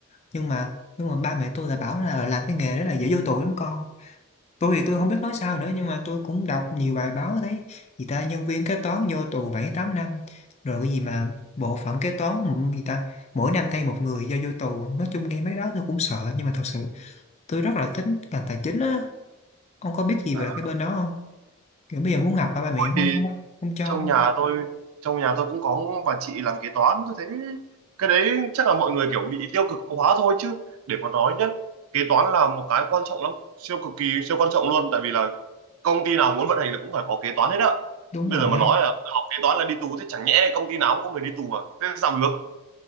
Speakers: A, on the left (about 30°); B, on the right (about 75°).
A: nhưng mà nhưng mà ba mẹ tôi là bảo là làm cái nghề đó là dễ vô tù lắm con. Tôi thì tôi không biết nói sao nữa nhưng mà tôi cũng đọc nhiều bài báo thấy gì ta nhân viên kế toán vô tù 7 8 năm, rồi cái gì mà bộ phận kế toán ừ, gì ta mỗi năm thay một người do vô tù, nói chung nghe mấy cái đó tôi cũng sợ nhưng mà thật sự tôi rất là thích ngành tài chính á. Ông có biết gì
B: à,
A: về cái bên đó kiểu bây giờ muốn học mà ba mẹ cũng không
B: thì
A: không không cho
B: trong nhà tôi trong nhà tôi cũng có bà chị làm kế toán tôi thấy cái đấy chắc là mọi người kiểu bị tiêu cực hóa thôi chứ để mà nói nhá kế toán là một cái quan trọng lắm siêu cực kỳ siêu quan trọng luôn tại vì là công ty nào muốn vận hành là cũng phải có kế toán hết á
A: đúng
B: bây
A: rồi
B: giờ mà nói là học kế toán là đi tù thì chẳng nhẽ công ty nào cũng có người đi tù à thế làm được